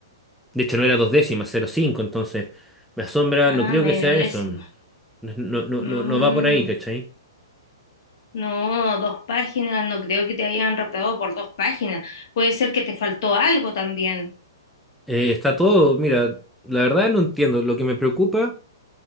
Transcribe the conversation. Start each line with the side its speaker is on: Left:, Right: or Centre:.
Centre: De hecho no era dos décimas, cero coma cinco. entonces me asombra,
Left: Ah,
Centre: no creo
Left: media
Centre: que sea eso.
Left: décima.
Centre: No, no, no,
Left: Mm.
Centre: no no va por ahí, ¿cachai?
Left: No, dos páginas, no creo que te hayan raptado por dos páginas. Puede ser que te faltó algo también.
Centre: Eh, está todo, mira, la verdad no entiendo, lo que me preocupa...